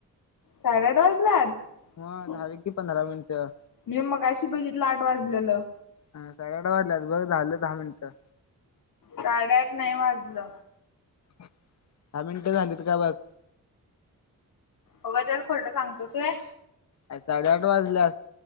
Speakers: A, on the left; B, on the left.
A: साडेआठ वाजल्यात
B: मग झाले की पंधरा मिनिटं
A: मी मगाशी बघितलं आठ वाजलेलं
B: ह साडे अठा वाजल्या बघ झालं दहा मिनिटं
A: साडेआठ नाही वाजले
B: दहा मिनटं झालीत का बघ
A: उगचंच खोटं सांगतोस होय
B: काय साडेआठ वाजल्यात